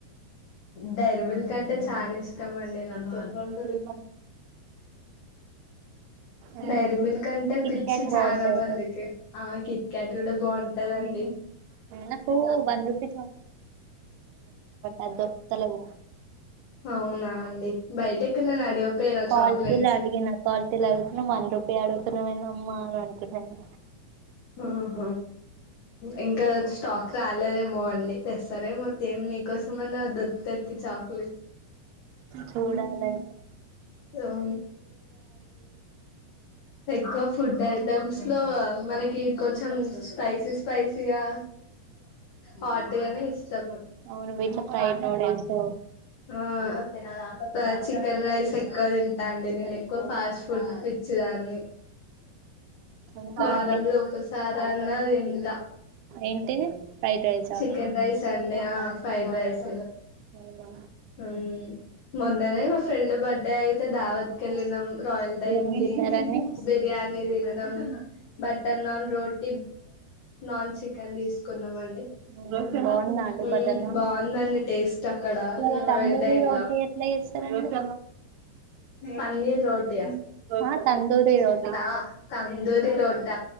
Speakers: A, on the left (about 60°); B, on the right (about 80°).
A: డైరీ మిల్క్ కంటే చానా ఇష్టం ఇష్టం అండి నాకు
B: ఉమ్, ఉమ్.
A: డైరీ మిల్క్ అంటే
B: కిట్కాట్
A: పిచ్చి చనా
B: బాగుంటది
A: మందికి ఆ కిట్కట్ కూడా బాగుంటదండి
B: నాకు వన్ రూపీ అదోర్కుతలేవు
A: అవునా అండి బయట ఎక్కడనైనా అడగపోయారా
B: క్వాలిటీల
A: చాక్లెట్స్
B: అడిగినా క్వాలిటీల అడుగుతేనె వన్ రూపీ అడుగుతున్నామేందమ్మా అని అంటున్నారు
A: ఆహ ఇంకా స్టాక్ రాలేదేమో అండి తెస్తారేమొ మీకోసం అన్న దొరూకు తది చాక్లేట్
B: చూడాలండి
A: అ ఎక్కువ ఫుడ్ ఐటమ్స్ లో మనకి కొంచెం స్పైసీ స్పైసీగా హాట్గానే ఇష్టాము
B: అవును వీటిలో ఫ్రైడ్ నూడిల్స్
A: ఆ చికెన్ రైస్ ఎక్కువ తింటా అండి నేను ఎక్కువ ఫాస్ట్ ఫుడ్ పిచ్చిదాన్ని
B: ఇంకా
A: వారంలో
B: అండి
A: ఒక్కసారి అన్న తింటా
B: ఏంటిది ఫ్రైడ్ రైసా
A: చికెన్ రైస్ అన్న ఆ ఫ్రైడ్ రైస్
B: అవునా
A: హ్ మొన్ననే మా ఫ్రెండ్ బర్డే దేవత్కెల్లినం రాయల్ డైన్
B: ఏం
A: కి
B: తిన్నారండి
A: బిర్యానీ దిన్నం బటర్ నాన్ రోట్ నాన్ చికెన్ తీసుకున్నామండి
B: ఉమ్ బాగుందా అండి
A: హ్మ్మ్
B: బటర్ నాన్
A: బావుందండి టేస్ట్ అక్కడ
B: ఈ
A: రాయల్
B: తందూరి
A: టై
B: రోటీ
A: లా
B: ఎట్లా చేస్తారండి
A: పన్నీర్ రోటీ
B: ఆ తందూరి
A: చిట్టా
B: రోటీ
A: తందూరి రోట